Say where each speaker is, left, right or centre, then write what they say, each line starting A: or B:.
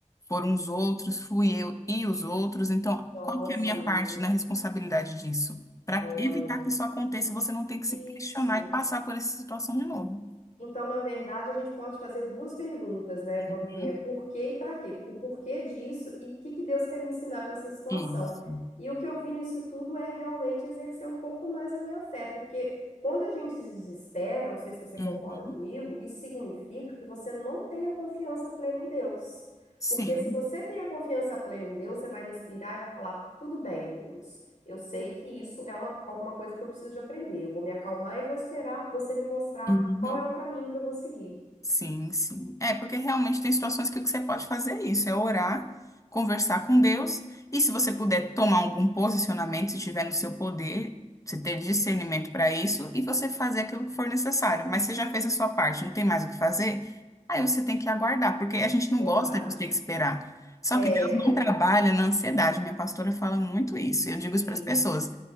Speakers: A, on the left; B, on the left.
A: foram os outros, fui eu e os outros. Então,
B: nossa,
A: qual que é a minha
B: amiga,
A: parte na responsabilidade disso? para
B: olha.
A: evitar que isso aconteça e você não ter que
B: Isso.
A: se questionar e passar por essa situação de novo.
B: Então, na verdade, a gente pode fazer duas perguntas, né? Quando
A: Uhum.
B: vier por quê e para quê. O porquê disso e o que que Deus quer me ensinar com essa situação.
A: Isso.
B: E o que eu vi nisso tudo é realmente exercer um pouco mais a minha fé, porque quando a gente se desespera, não sei se você concorda
A: Uhum.
B: comigo, isso significa que você não tem a confiança plena em Deus.
A: Sim.
B: Porque se você tem a confiança plena em Deus, você vai respirar e vai falar: tudo bem, Deus. Eu sei que isso é uma, alguma coisa que eu preciso de aprender. Eu vou me acalmar e vou esperar você me mostrar
A: Uhum.
B: qual é o caminho que eu vou seguir.
A: Sim, sim. É, porque realmente tem situações que o que você pode fazer é isso, é orar, conversar com Deus, e se você puder tomar algum posicionamento, se tiver no seu poder, você ter discernimento para isso, e você fazer aquilo que for necessário. Mas você já fez a sua parte, não tem mais o que fazer? Aí você tem que aguardar, porque a gente não
B: Verdade.
A: gosta de ter que esperar. Só
B: É,
A: que Deus
B: <laughs>
A: não trabalha na ansiedade. Minha pastora fala muito isso. Eu digo isso
B: isso.
A: para as pessoas.